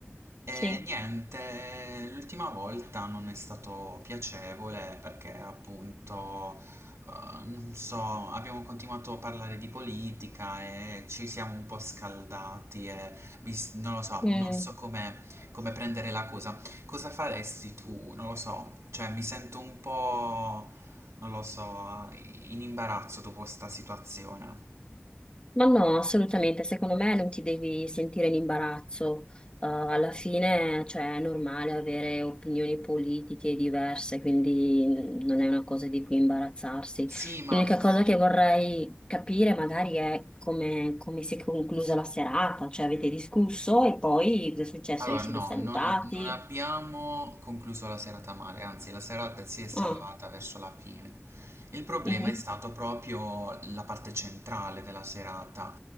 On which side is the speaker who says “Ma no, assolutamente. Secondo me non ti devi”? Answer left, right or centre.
Left